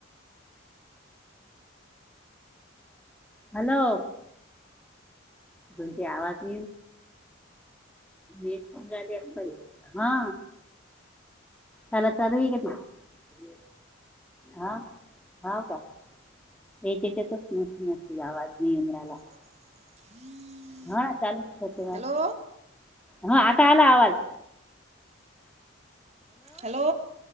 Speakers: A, in the centre; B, on the right.
A: हॅलो. कोणती आवाज <inaudible> नेट पण झाली असल. हा. चाल चालू हाय काय ते, हा होव का? याच्याच्यातच <unintelligible> आवाज नाही येऊन राहिला.
B: <inaudible>
A: हो ना चालूस ठेवते ना.
B: हॅलो
A: हो आता आला आवाज.
B: हॅलो.